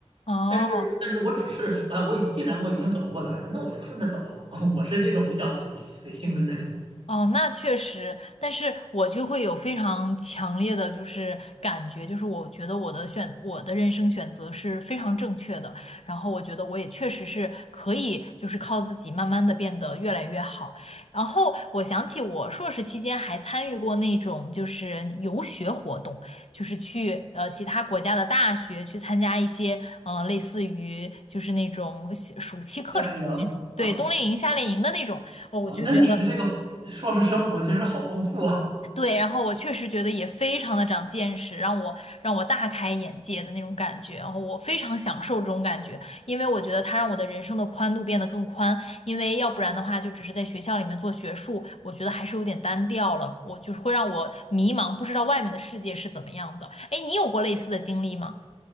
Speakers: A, on the left; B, on the right.
A: 哦。
B: 但是但是我只是啊，我已既然我已经走过来了，那我就顺着走了，<laughs> 我是这种比较随随性的人。
A: 哦，那确实，但是我就会有非常强烈的就是感觉，就是我觉得我的选我的人生选择是非常正确的，然后我觉得我也确实是可以，就是靠自己慢慢的变得越来越好。然后我想起我硕士期间还参与过那种就是游学活动，就是去呃其他国家的大学去参加一些嗯类似于就是那种暑期课程的那种，
B: 夏令营啊
A: 对，冬令营、夏令营的那种。哦，我就觉得
B: 啊，那你的这个硕士生活其实好丰富啊。
A: 对，然后我确实觉得也非常的长见识，让我让我大开眼界的那种感觉，然后我非常享受这种感觉，因为我觉得它让我的人生的宽度变得更宽，因为要不然的话就只是在学校里面做学术，我觉得还是有点单调了，我就是会让我迷茫，不知道外面的世界是怎么样的。哎，你有过类似的经历吗？